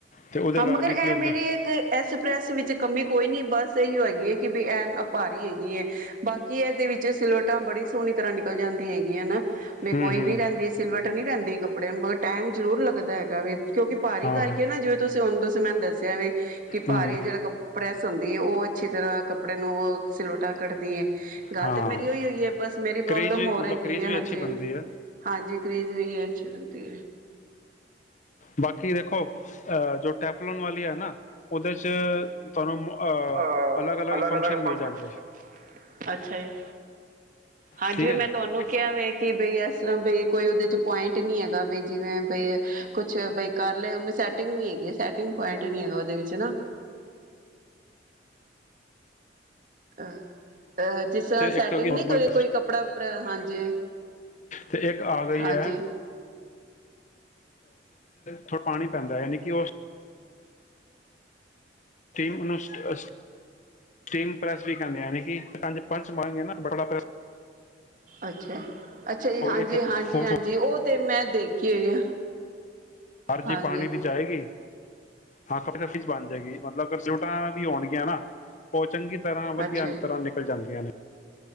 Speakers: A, on the left; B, on the right.
A: ਤੇ ਉਹਦੇ
B: ਹਾਂ
A: ਕਰਕੇ
B: ਮਗਰ ਇਹ
A: ਕੀ ਹੁੰਦਾ
B: ਮੇਰੀ ਇੱਕ ਐਸ ਪ੍ਰੈਸ ਵਿੱਚ ਕਮੀ ਕੋਈ ਨੀ ਬਸ ਸਹੀ ਹੋਗੀ ਹੈ ਕਿ ਵੀ ਐਨ ਭਾਰੀ ਹੈਗੀ ਹੈ ਬਾਕੀ ਕੀ ਇਹਦੇ ਵਿੱਚ ਸਿਲਵਰਟਾਂ ਬੜੀ ਸੋਹਣੀ ਤਰ੍ਹਾਂ ਨਿਕਲ ਜਾਂਦੀ ਹੈਗੀਆਂ ਨਾ ਮੈਂ
A: ਹੂੰ
B: ਕੋਈ
A: ਹੂੰ
B: ਨੀ ਰਹਿੰਦੀ ਸਿਲਵਰਟ ਨ ਰਹਿੰਦੀ, ਕੱਪੜਿਆਂ ਨੁੰ ਟਾਈਮ ਜ਼ਰੂਰ ਲੱਗਦਾ ਹੈਗਾ ਵੇ, ਕਿਉਂਕਿ ਭਾਰੀ
A: ਹਾਂ
B: ਕਰਕੇ
A: ਹਾਂ
B: ਨਾ ਜਿਵੇਂ ਤੁਸੀਂ ਹੁਣ ਤੁਸੀਂ ਮੈਨੂੰ ਦੱਸਿਆ ਵ ਕਿ ਭਾਰੀ
A: ਹੂੰ
B: ਜਿਹੜਾ ਕ ਪ੍ਰੈਸ ਹੁੰ ਉਹ ਅੱਛੀ ਤਰ੍ਹਾਂ ਕੱਪੜੇ ਨੂੰ ਸਿਲਵ ਕੱਦੀ ਹੈ ਗੱਲ
A: ਹਾਂ
B: ਤੇ ਮੇਰੀ ਉਹੀ ਹੋਈ ਹੈ ਬਸ ਮੇਰੀ
A: ਕਰੇਜ
B: ਪ੍ਰੋਬਲਮ
A: ਵੀ
B: ਹੋਰ
A: ਮਤਲਬ
B: ਹੈਗੀ
A: ਕਰੇਜ
B: ਹੈ
A: ਵੀ
B: ਹਾਂਜੀ
A: ਅੱਛੀ ਬਣਦੀ ਹੈ
B: ਹਾਂਜੀ ਖੀਜ਼ ਵੀ ਹੈ। ਚਲ, ਤੇ,
A: ਬਾਕੀ ਦੇਖੋ ਅਹ ਜੋ ਟੈਫਲੋਨ ਵਾਲੀ ਹੈ ਨਾ ਉਹਦੇ ਚ ਤੁਹਾਨੂੰ ਅ
B: ਆ
A: ਅਲੱਗ ਅਲੱਗ
B: ਅਲਗ
A: ਫੰਕਸ਼ਨ
B: ਅਲਗ
A: ਮਿਲ
B: ਫਕਸ਼ਨ,
A: ਜਾਣਗੇ
B: ਅੱਛਾ ਜੀ ਹਾਂਜੀ
A: ਠੀਕ ਹੈ ਜੀ
B: ਮੈਂ ਤੁਹਾਨੂੰ ਕਿਹਾ ਵ ਕਿ ਵੀ ਇਸ ਤਰਾ ਵੀ ਕੋਈ ਉਦੀ ਪੁਇੰਟ ਨੀ ਹੈਗਾ ਬ ਜਿਵੇਂ ਬ ਕੁਛ ਬ ਕਰ ਲ ਨ ਸੈਟਿੰਗ ਨੀ ਹੈਗੀ ਸਟਿੰਗ ਪੁਇੰਟ ਨੀ ਹੈਗਾ ਓਦੇ ਵਿਚ ਨਾ-' ਆਹ, ਅਹ ਜਿਸ ਤਰ੍ਹਾਂ ਸੈਟਿੰਗ
A: ਇੱਕ ਨੋਰਮਲ
B: ਨੀ ਕਰੇ ਕੋਈ ਕੱਪੜਾ ਉਪ ਹਾਂਜੀ
A: ਤੇ ਇੱਕ ਆ ਗਈ
B: ਹਾਂਜੀ
A: ਹੈ ਥੋੜਾ ਪਾਣੀ ਪੈਂਦਾ ਯਾਨੀ ਕਿ ਉਹ ਟੀਮ ਅਨੁਸ ਅਸ <unintelligible> ਟੀਮ ਪ੍ਰੈਸ ਵੀ ਕਹਿੰਦੇ ਯ ਕਿ ਪੰਜ ਪੰਚ ਮ ਨਾ ਬੜਾ ਪ੍ਰੈ
B: ਅੱਛਾ ਅੱਛਾ ਜੀ ਹਾਂਜੀ
A: ਇੱਕ ਫੁ-
B: ਹਾਂਜੀ ਹਾਂਜੀ ਉਹ ਤੇ ਮੈਂ ਦੇਖੀ ਹੋਈ ਆ।
A: ਹਰਜੀੀ
B: ਹਾਂਜੀ
A: ਪਾਣੀ ਦੀ ਚਏਗੀ ਹਾਂ ਕੱਪੜ ਸ਼ੱੀਜ਼ ਬਣ ਜਾਏਗੀ ਮਤਲਬਰ ਸੂਟਾਂ ਵੀ ਆਉਣਗੀਆਂ ਨਾ ਉਹ ਚੰਗੀ ਤਰ੍ਹਾਂ ਵਧੀਆ
B: ਅੱਛਾ
A: ਇਸ
B: ਜੀ
A: ਤਰ੍ਹਾਂ ਨਿਕਲ ਜਾਂਦੀਆਂ ਨੇ